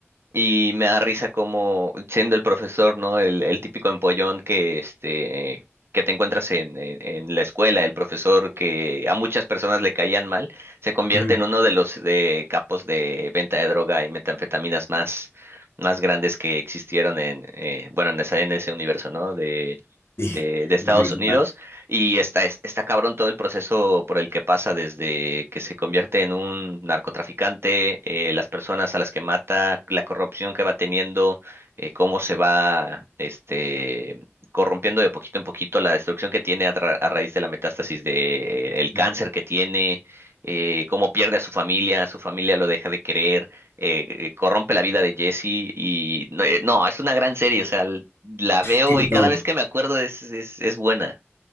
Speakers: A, on the right (about 55°); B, on the left (about 60°).
A: Y me da risa como siendo el profesor, ¿no? El, el típico empollón que este que te encuentras en, en, en la escuela, el profesor que a muchas personas le caían mal, se convierte
B: Ujú,
A: en uno de los de capos de venta de droga y metanfetaminas más, más grandes que existieron en eh, bueno en esa, en ese universo, ¿no? De,
B: Sí,
A: de, de Estados
B: el Breaking
A: Unidos.
B: Bad.
A: Y está, es- está cabrón todo el proceso por el que pasa desde que se convierte en un narcotraficante, eh, las personas a las que mata, la corrupción que va teniendo, eh, cómo se va este, corrompiendo de poquito en poquito, la destrucción que tiene a, tra- a raíz de la metástasis de, el cáncer
B: Ujú,
A: que tiene, eh, cómo pierde a su familia, su familia lo deja de querer, eh, eh, corrompe la vida de Jesse y no, eh, no, es una gran serie, o sea, l- la veo
B: Tiene
A: y
B: todo.
A: cada vez que me acuerdo es, es, es buena.